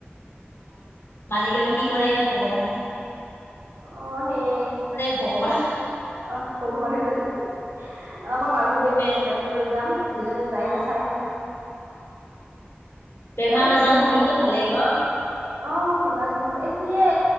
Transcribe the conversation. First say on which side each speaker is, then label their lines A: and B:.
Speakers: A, on the left (about 85°); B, on the right (about 85°).
A: অ', মালিকে বা কি কৰে ভগৱানহে
B: অহ সেইয়ে ভগৱানে বা
A: ভগৱান
B: কি কৰে অহ ভগৱানে জানে অ মই বান্ধৱী এজনী
A: বে
B: আছে তাইকো লৈ যাম দুজনে যাই
A: অ
B: হলেও চাই আহিম
A: অ', বেমাৰ
B: এ
A: আজাৰ
B: দুধনৈ
A: নহলেতো
B: চা
A: ভালেই ক
B: অ বেমাৰ চেমাৰ এ সিয়ে